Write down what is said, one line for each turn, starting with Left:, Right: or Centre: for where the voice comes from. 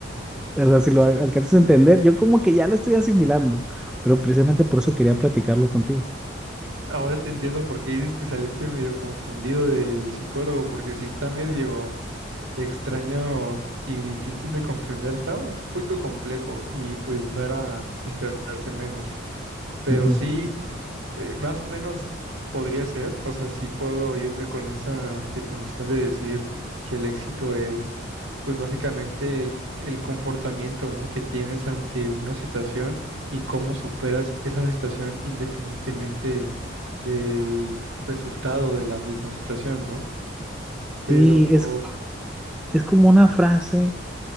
Centre: o sea, si lo
Right: Es-
Centre: al- alcanzas a entender, yo como que ya lo estoy asimilando, pero precisamente por eso quería platicarlo contigo.
Right: Ahora te entiendo por qué dices que saliste medio confundido del psicólogo, porque sí está medio extraño y difícil de comprender. Estaba un poquito complejo y pues no era de esperarse menos. Pero
Centre: Ujú.
Right: sí. Eh, más o menos podría ser, o sea, sí puedo irme con esa definición de decir que el éxito es, pues básicamente el, el comportamiento, ¿no? que tienes ante una situación y cómo superas esa situación independientemente del resultado de la misma situación, ¿no? Pero,
Centre: Sí, es
Right: ujú,
Centre: es como una frase